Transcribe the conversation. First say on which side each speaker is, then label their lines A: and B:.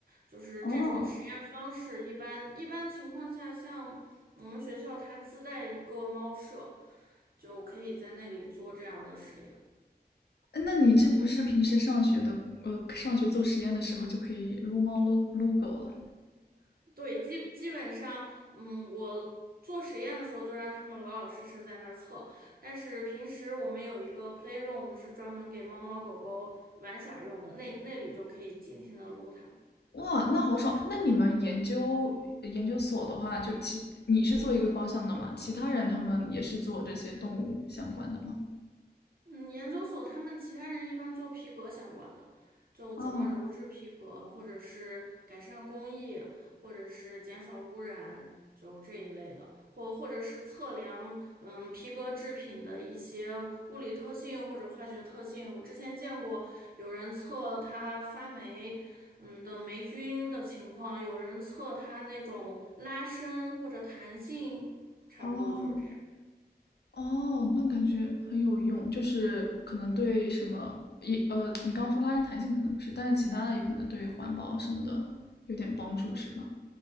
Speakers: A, on the right; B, on the left.
A: 就是这种实验方式。
B: 哦，
A: 一般一般情况下，像我们学校它自带一个猫舍，就可以在那里做这样的实验。
B: 那你这不是平时上学的呃上学做实验的时候就可以撸猫撸撸狗了？
A: 对，基基本上，嗯，我做实验的时候就让他们老老实实在那儿测，但是平时我们有一个 playroom 是专门给猫猫狗狗玩耍用的，那那里就可以尽情的撸它们。
B: 哇，那好爽！那你们研究研究所的话，就其你是做一个方向的嘛？其他人他们也是做这些动物相关的吗？
A: 嗯，研究所他们其他人一般做皮革相关的，就怎么鞣制皮革，
B: 哦
A: 或者是改善工艺，或者是减少污染，就这一类的，或或者是测量嗯皮革制品的一些物理特性或者化学特性。我之前见过有人测它发霉嗯的霉菌的情况，有人测它那种拉伸或者弹性，差不多就是这样。
B: 哦哦，那感觉很有用，就是可能对什么也呃，你刚刚说拉伸弹性可能不是，但是其他的有可能对环保什么的有点帮助，是吗？